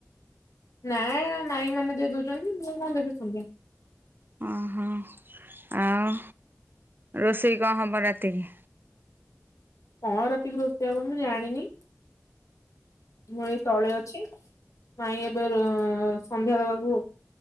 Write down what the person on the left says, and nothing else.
ନାଇଁ ବା ମାଇଁ ମାନେ ଦେଇ ଦଉଚନ୍ତି, ମୁଁ କଣ ଦେବି ସନ୍ଧ୍ୟା?
କଣ ରାତିକି ରୋଷେଇ ହବ, ମୁଁ ଜାଣିନି? ମୁଁ ଏଇ ତଳେ ଅଛି। ମାଇଁ ଏବେ ସନ୍ଧ୍ୟା ଦେବାକୁ